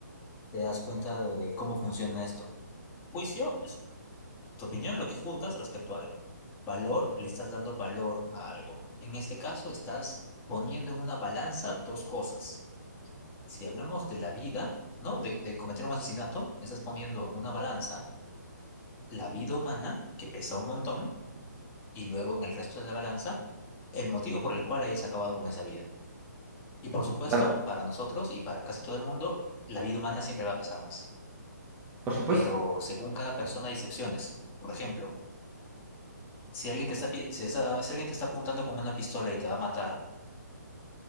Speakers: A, on the left; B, on the right.
A: te das cuenta de cómo funciona esto. Juicio es tu opinión, lo que juzgas respecto a algo. Valor, le estás dando valor a algo. En este caso, estás poniendo en una balanza dos cosas. Si hablamos de la vida, ¿no? De, de cometer un asesinato, estás poniendo en una balanza la vida humana, que pesa un montón, y luego en el resto de la balanza, el motivo por el cual hayas acabado con esa vida. Y por supuesto,
B: Claro,
A: para nosotros y para casi todo el mundo, la vida humana siempre va a pesar más.
B: por supuesto.
A: Pero según cada persona hay excepciones. Por ejemplo, Si alguien te está, pi- si está- si alguien te está apuntando con una pistola y te va a matar,